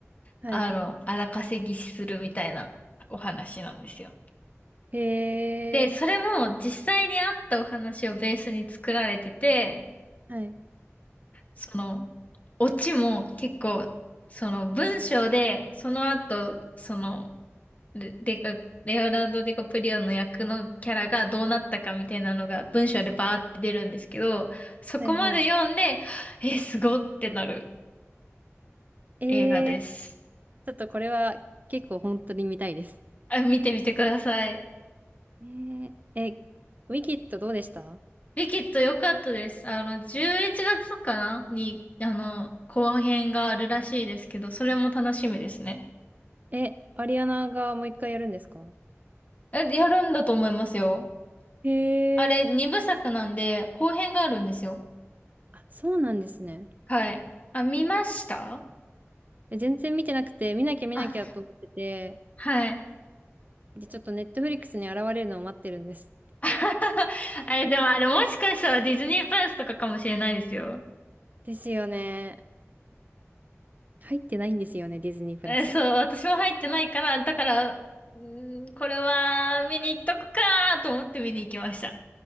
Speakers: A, on the right; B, on the left.
A: はい。
B: あの荒稼ぎするみたいなお話なんですよ。
A: へ
B: で、それも実際にあったお話をベースに作られてて
A: え。はい。
B: その、オチも結構、その文章で、その後、その、レデカ、レオナルド・ディカプリオの役のキャラがどうなったかみたいなのが文章でバーって出るんですけど、そこまで読んで、
A: はい、はい。
B: え、すごってなる
A: えー、
B: 映画です。
A: ちょっとこれは結構本当に見たいです。
B: あ、見てみてください。
A: えー、え、ウィキッドどうでした
B: ウィキッド良かったです。あの、11月かなに、あの、後編があるらしいですけど、それも楽しみですね。
A: え、アリアナがもう一回やるんですか
B: え、やるんだと思いますよ。
A: へ
B: あれ、二部作なんで、
A: え。
B: 後編があるんですよ。
A: あ、そうなんですね。
B: はい。あ、見ました
A: え全然見てなくて、見なきゃ見なきゃと思ってて、
B: あ、はい。
A: で、ちょっとネットフリックスに現れるのを待ってるんです。
B: <laughs> あれ、でもあれ、もしかしたらディズニープラスとかかもしれないですよ。
A: ですよね。入ってないんですよね、ディズニープラス。
B: え、そう、私も入ってないから、だから、うーんこれは見に行っとくかーと思って見に行きました。